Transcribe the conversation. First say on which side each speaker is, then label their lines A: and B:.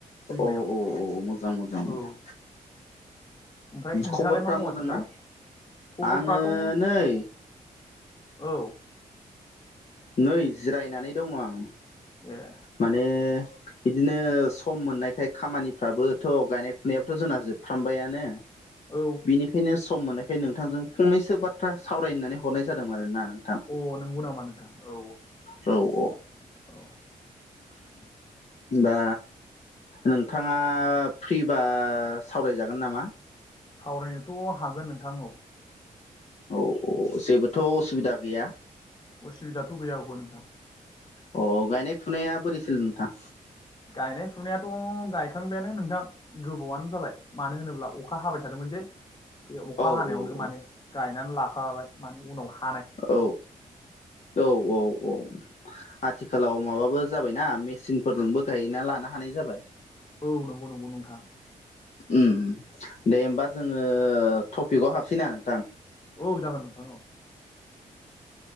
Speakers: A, on the left; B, on the left.
A: दैमायाव
B: औ औ औ मोजां मोजां मोजां
A: औ ओमफ्राय नोंथाङालाय
B: खबरफ्रा
A: मा मावगासिनो
B: मोजां ना?
A: दालाय खबरफ्राथ'
B: आङो नै
A: औ
B: नै जिरायनानै दङ आं
A: ए
B: माने बिदिनो सम मोननायखाय खामानिफ्राबोथ' गायनाय फुनायाबथ' जोंना जोबफ्रामबायानो
A: औ
B: बेनिखायनो सम मोननायखाय नोंथांजों फंनैसो बाथ्रा सावरायनानै हरनाय जादोंमोन आरोना नोंथां
A: अ नंगौ नामा नोंथां औ
B: औ औ
A: औ
B: दा नोंथाङा फ्रिबा सावरायजागोन नामा?
A: सावरायनोथ' हागोन नोंथां औ
B: औ औ जेबोथ' उसुबिदा गैया
A: असुबिदाथ' गैया हौवा नोंथां
B: अ गायनाय फुनाया बोरैसिल नोंथां
A: गायनाय फुनायाथ' गायखांबायानो नोंथां गोबावानो जाबाय, मानो होनोब्ला अखा हाबाय थादोंमोन जे बे अखा
B: औ
A: हानायावनो
B: औ औ
A: माने गायनानै लाखाबाय माने उनाव हा
B: औ औ औ औ औ आथिखालाव माबाबो जाबायना मेचिनफोरजोंबो गायना लानो हानाय जाबाय।
A: औ नंगौ नंगौ नोंथां।
B: ओम दे होमबा जोङो टपिकआव हाबसैना नोंथां
A: औ जागोन नोंथां औ